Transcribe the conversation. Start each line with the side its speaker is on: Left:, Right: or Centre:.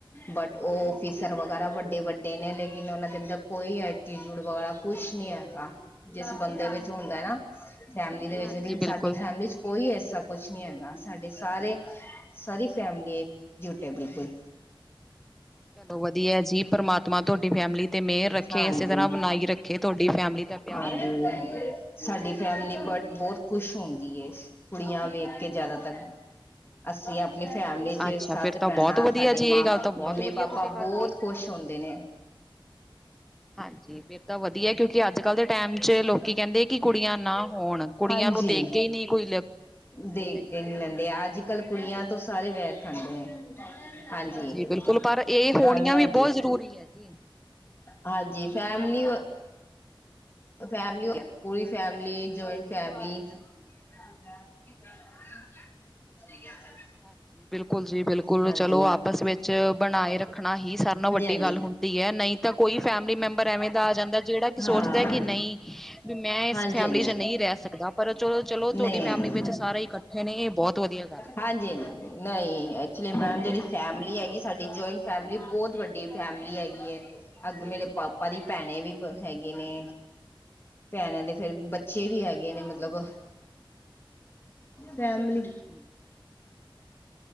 Left: ਬਟ ਉਹ ਔਫਿਸਰ ਵਗੇਰਾ ਵੱਡੇ ਵੱਡੇ ਨੇ ਲੇਕਿਨ ਉਹਨਾਂ ਦੇ ਅੰਦਰ ਕੋਈ ਐਟੀਟਿਊਡ ਵਗੈਰਾ ਕੁਛ ਨਹੀਂ ਹੈ ਜਿਸ ਬੰਦੇ ਵਿੱਚ ਹੁੰਦਾ ਨਾ ਫੈਮਲੀ ਦੇ ਵਿੱਚ
Centre: ਹਾਂਜੀ
Left: ਲ
Centre: ਬਿਲਕੁਲ
Left: ਸਾਡੀ ਫੈਮਿਲੀ ਚ ਕੋਈ ਇਸ ਕੁਛ ਨੀ ਹੈਗਾ ਸਾਡੇ ਸਾਰੇ ਸਾਰੀ ਫੈਮਿਲੀ ਜੁੱਟੇ ਬਿਲਕੁਲ
Centre: ਚਲੋ ਵਧੀਆ ਜੀ ਪਰਮਾਤਮਾ ਤੁਹਾਡੀ ਫੈਮਿਲੀ ਤੇ ਮਿਹਰ ਰੱਖੇ
Left: ਹਾਂਜੀ
Centre: ਇਸੇ ਤਰ੍ਹਾਂ ਬਣਾਈ ਰੱਖੇ ਤੁਹਾਡੀ ਫੈਮਿਲੀ ਦਾ ਪਿਆਰ
Left: ਹਾਂਜੀ ਸਾਡੇ
Centre: ਹਾਂਜੀ
Left: ਫੈ
Centre: ਹਾਂਜੀ
Left: ਬਟ ਬਹੁਤ ਖੁਸ਼ ਹੁੰਦੀ ਕੁੜੀਆਂ ਵੇਖ ਕੇ ਜਿਆਦਾਤਰ ਅਸੀਂ ਆਪ ਆਪਣੀ ਫੈਮਿਲੀ ਚ
Centre: ਅੱਛਾ
Left: ਸੱਤ
Centre: ਫਿਰ ਤਾਂ
Left: ਭੈਣਾਂ
Centre: ਬਹੁਤ ਵਧੀਆ
Left: ਸਾਡੇ
Centre: ਜੀ
Left: ਮਾ
Centre: ਇਹ ਗੱਲ ਤਾਂ ਬਹੁਤ
Left: ਮੰਮੀ
Centre: ਵਧੀਆ
Left: ਪਾਪਾ
Centre: ਤੁਸੀਂ ਕਰਤੀ
Left: ਬਹੁਤ ਖੁਸ਼ ਹੁੰਦੇ ਨੇ
Centre: ਹਾਂਜੀ ਫਿਰ ਤਾਂ ਵਧੀਆ ਕਿਉਂਕਿ ਅੱਜ ਕੱਲ੍ਹ ਦੇ ਟਾਈਮ ਚ ਲੋਕੀ ਕਹਿੰਦੇ ਕਿ ਕੁੜੀਆਂ ਨਾ ਹੋਣ ਕੁੜੀਆਂ
Left: ਹਾਂਜੀ
Centre: ਨੂੰ ਦੇਖ ਕੇ ਹੀ ਨਹੀਂ ਕੋਈ ਕਰਦੇ
Left: ਦੇਖ
Centre: ਹੈਗੇ
Left: ਕੇ ਨੀ ਲੈਂਦੇ ਅੱਜ ਕੱਲ ਕੁੜੀਆਂ ਤੋਂ ਸਾਰੇ ਵੈਰ ਖਾਂਦੇ ਆ ਹਾਂਜੀ
Centre: ਬਿਲਕੁਲ ਪਰ ਇਹ ਹੋਣੀਆਂ
Left: ਹਾਂਜੀ ਹਾਂਜੀ
Centre: ਵੀ ਬਹੁਤ ਜ਼ਰੂਰੀ ਹੈ ਜੀ।
Left: ਹਾਂਜੀ ਫੈਮਲੀ ਫੈਮਲੀ ਪੂਰੀ ਫੈਮਲੀ ਜਇੰਟ ਫੈਮਲੀ <unintelligible>
Centre: ਹਾਂਜੀ ਬਿਲਕੁਲ ਜੀ ਬਿਲਕੁਲ
Left: ਹਾਂਜੀ, ਹਾਂਜੀ,
Centre: ਚਲੋ ਆਪਸ ਵਿੱਚ ਬਣਾਏ ਰੱਖਣਾ ਹੀ ਸਾਰਿਆਂ ਨਾਲ ਵੱਡੀ
Left: ਹਾਂਜੀ
Centre: ਗੱਲ ਹੁੰਦੀ ਹੈ ਨਹੀਂ ਤਾਂ ਕੋਈ ਫੈਮਿਲੀ ਮੈਂਬਰ ਐਵੇਂ ਦਾ ਆ ਜਾਂਦਾ ਜਿਹੜਾ ਕਿ ਸੋਚਦਾ
Left: ਹਾਂ।
Centre: ਕਿ ਨਹੀਂ ਵੀ ਮੈਂ ਇਸ
Left: ਹਾਂਜੀ
Centre: ਫੈਮਿਲੀ
Left: ਹਾਂਜੀ
Centre: ਚ ਨਹੀਂ ਰਹਿ ਸਕਦਾ ਪਰ ਚਲੋ ਚਲੋ
Left: ਨਹੀਂ
Centre: ਤੁਹਾਡੀ ਫੈਮਿਲੀ ਵਿੱਚ ਸਾਰੇ ਇਕੱਠੇ ਇਹ ਬਹੁਤ ਵਧੀਆ ਗੱਲ ਹੈ।
Left: ਹਾਂਜੀ ਨਹੀਂ ਐਕਚੁਲੀ ਮੈਮ ਜਿਹੜੀ ਫੈਮਿਲੀ ਹੈਗੀ ਸਾਡੀ ਜੋਇੰਟ ਫੈਮਲੀ ਬਹੁਤ ਵੱਡੀ ਫੈਮਿਲੀ ਹੈਗੀ ਹੈ ਅੱਗ ਮੇਰੇ ਪਾਪਾ ਦੀ ਭੈਣੇ ਵੀ ਹੈਗੇ ਨੇ ਭੈਣਾਂ ਦੇ ਫੇਰ ਬੱਚੇ ਵੀ ਹੈਗੇ ਨੇ ਮਤਲਬ
Centre: ਠੀਕ
Left: ਫੈਮਲੀ
Centre: ਹੈ ਜੀ ਠੀਕ ਹੈ ਵਧੀਆ